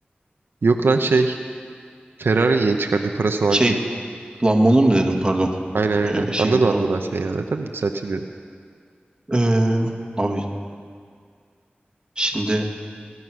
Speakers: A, on the right; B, on the right.
A: Yok lan şey. Ferrari yeni çıkardı Prasolangi.
B: Şey Lambo'nun mu dedim pardon.
A: Aynen aynen.
B: Ee, şeyin
A: Anladım
B: pardon.
A: anladım ben seni ya zaten. Düzelteyim dedim.
B: Ee, abi şimdi